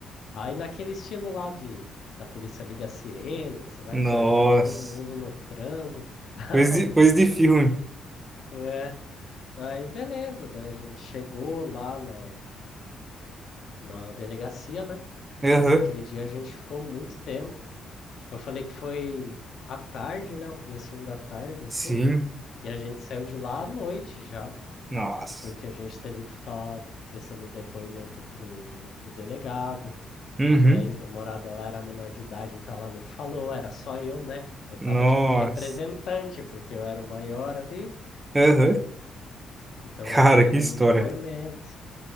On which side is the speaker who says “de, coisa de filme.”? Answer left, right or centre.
Right